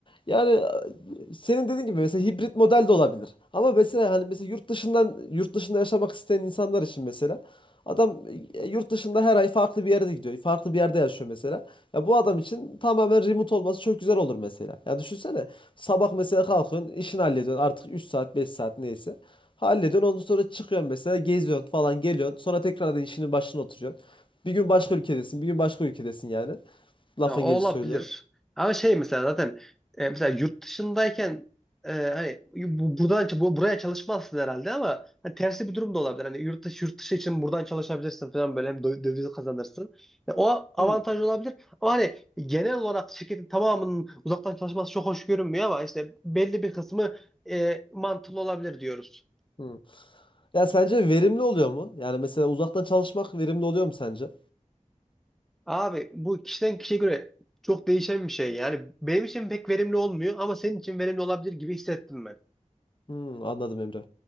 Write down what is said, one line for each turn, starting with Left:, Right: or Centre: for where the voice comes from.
Left: Yani e, senin dediğin gibi mesela hibrit model de olabilir. Ama mesela hani mesela yurt dışından yurt dışında yaşamak isteyen insanlar için mesela adam e, yurt dışında her ay farklı bir yere de gidiyor. Farklı bir yerde yaşıyor mesela. Ya bu adam için tamamen remote olması çok güzel olur mesela. Ya düşünsene sabah mesela kalkıyorsun, işini hallediyorsun artık 3 saat 5 saat neyse. Hallediyorsun ondan sonra çıkıyorsun mesela geziyorsun falan geliyorsun. Sonra tekrardan işinin başına oturuyorsun. Bir gün başka ülkedesin, bir gün başka ülkedesin yani. Lafın
Centre: Ya o olabilir.
Left: gelişi söylüyorum.
Centre: Ama şey mesela zaten e, mesela yurt dışındayken e, hani bu, buradan bu, buraya çalışmazsın herhalde ama hani tersi bir durum da olabilir. Hani yurt dışı yurt dışı için buradan çalışabilirsin falan böyle hem dö- döviz kazanırsın. Yani o avantaj
Left: Hmm.
Centre: olabilir. Ama hani genel olarak şirketin tamamının uzaktan çalışması çok hoş görünmüyor ama işte belli bir kısmı e, mantıklı olabilir diyoruz.
Left: Hmm. Ya sence verimli oluyor mu? Yani mesela uzaktan çalışmak verimli oluyor mu sence?
Centre: Abi bu kişiden kişiye göre çok değişen bir şey. Yani benim için pek verimli olmuyor ama senin için verimli olabilir gibi hissettim ben.
Left: Hmm, anladım Emre.